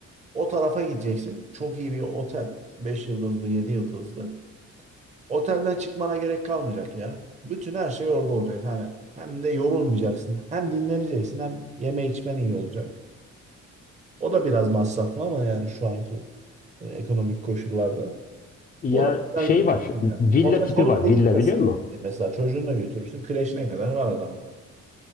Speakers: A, on the right (about 25°); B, on the left (about 30°).
A: O tarafa gideceksin. Çok iyi bir otel. 5 yıldızlı, 7 yıldızlı. Otelden çıkmana gerek kalmayacak ya. Bütün her şey orada olacak. Hani hem de yorulmayacaksın. Hem dinleneceksin hem yeme içmen iyi olacak. O da biraz masraflı ama yani şu anki e, ekonomik koşullarda.
B: ya
A: O da güzel
B: şey
A: bir şey.
B: var, villa
A: Ondan
B: tipi
A: çoluk
B: var.
A: çocuk
B: Villa
A: da
B: biliyor musun?
A: e, mesela çocuğunu da götürürsün. Kreşine kadar var adamın.